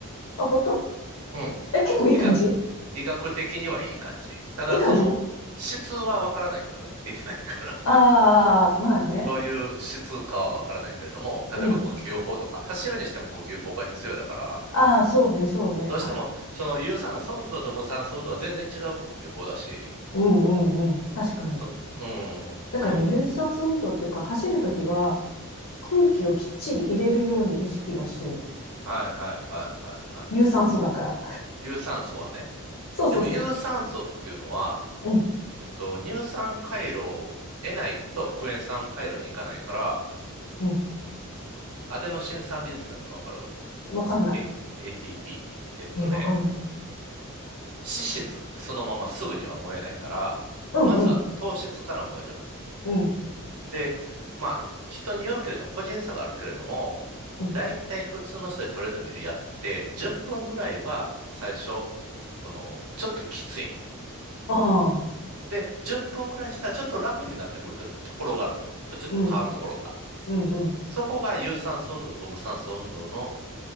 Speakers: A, on the left (about 65°); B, on the right (about 85°).
A: あ、本当
B: うん。
A: え、結構いい感じ
B: 医学、医学的にはいい感じ。ただ、
A: いい感じ
B: その、質はわからないけどね。見てないから。
A: ああー、まあね。
B: <laughs> どういう質かはわからないけれども、
A: うん。
B: 例えば呼吸法とか、走るにしても呼吸法が必要だから、
A: ああ、そうね、そうね。
B: どうしても、
A: あ、
B: その有酸素運動と無酸素運動は全然違う呼吸法だし、
A: うんうんうん。確かに。
B: そ、うん、
A: だからね、
B: あの、
A: 有酸素運動っていうか、走るときは空気をきっちり入れるように意識はしてる。
B: はいはいはいはいは
A: 有酸素だから。
B: い。有酸素はね。
A: そうそうそ
B: でも有酸素っていうのは、
A: う。うん、
B: えっと、乳酸回路を得ないとクエン酸回路に行かないから、
A: うん。
B: アデノシン酸リン酸ってわかる
A: わかんな
B: え、ATP。えっとね、
A: い。え、わかんない。
B: 脂質ってそのまますぐには燃えないから、
A: うん、
B: まずは糖質から燃えるのよ。
A: うん、うん、
B: で、まあ、人によるけれども、個人差があるけれども、
A: うん。
B: だいたい普通の人でトレードミルやって、10分ぐらいは最初、この、ちょっときついんよ。
A: ああ、
B: で、10分ぐらいしたらちょっと楽になってくると、ところがあるの。プチッと変わるところが。
A: うん、うん、うん。
B: そこが有酸素運動と無酸素運動の